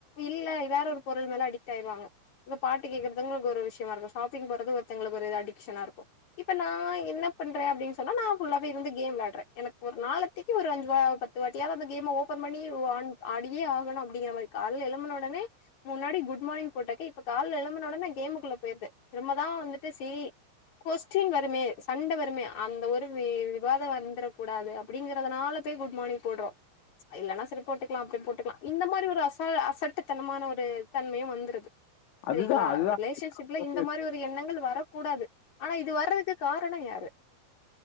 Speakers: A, on the left; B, on the left.
A: இல்ல வேற ஒரு பொருள் மேல அடிக்ட் ஆயிருவாங்க இப்ப பாட்டு கேக்குறதுங்க்கு ஒரு விஷயமா இருக்கு ஷாப்பிங் போறது ஒருத்தங்களுக்கு ஒரு இது அடிக்ஷனா இருக்கு இப்ப நா என்ன பண்ற அப்டின் சொன்னா நா ஃபுல்லாவே இருந்து கேம் விளாட்ற எனக்கு ஒரு நாளத்திக்கு ஒரு அஞ்சிவா பத்து வாட்டியாது கேம ஓபபன் பண்ணி ஆன் ஆடியே ஆகனு அப்டிங்கிற மாரி கால்ல எழும்பன ஒடனே முன்னாடி குட் மார்னிங் போட்டக்க இப்ப கால்ல எலும்பன ஒடனே கேமுக்குள்ள போய்ருது ரொம்பதா வந்துட்டு சீ கொஸ்டின் வருமே சண்ட வருமே அந்த ஒரு வி விவாதோ வந்ரக் கூடாது அப்டிங்கிறதுனால போய் குட் மார்னிங் போட்றோ இல்லன்னா செரி போட்டுக்லா அப்டியு போட்டுக்லா இந்த மாரி ஒரு அசா அசட்டுத்தனமான ஒரு தன்மையு வந்துருது சரிங்களா
B: அதுதான் அதுதான்
A: ஒரு ரிலேஷன்ஷிப்ல
B: வந்து
A: இந்த மாரி ஒரு எண்ணங்கள் வரக்கூடாது ஆனா இது வர்றதுக்கு காரணோ யாரு